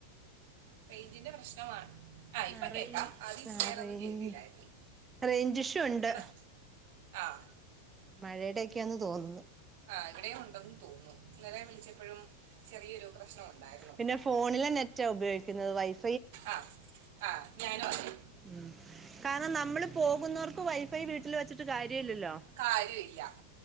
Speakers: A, on the right; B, on the right.
A: പെെന്റിന്റെ പ്രശ്നമാണ് ആഹ്
B: ആ
A: ഇപ്പ
B: റേഞ്ച്
A: കേക്കാം ആദ്യച്ചിരി
B: ആ
A: നേരൊന്നും
B: റേഞ്ച്
A: കേട്ടില്ലായിരുന്നു
B: റേഞ്ച് ഇഷ്യൂ ഉണ്ട്
A: ഇവിടെ ആഹ്
B: മഴയ്ടെയെക്കെയാന്ന് തോന്നുന്നു
A: ആഹ് ഇവിടെയും ഉണ്ടെന്ന് തോന്ന്ണു ഇന്നലെ വിളിച്ചപ്പഴും ചെറിയൊരു പ്രശ്നംഉണ്ടായിരുന്നു
B: പിന്നെ ഫോണിലെ നെറ്റാ ഉപയോഗിക്കുന്നത് വൈഫ്
A: ആഹ് ആഹ് നയന പറയ്
B: ഉം കാരണം നമ്മള് പോകുന്നവർക്ക് വൈഫൈ വീട്ടില് വെച്ച്ട്ട് കാര്യം ഇല്യല്ലോ
A: കാര്യല്ല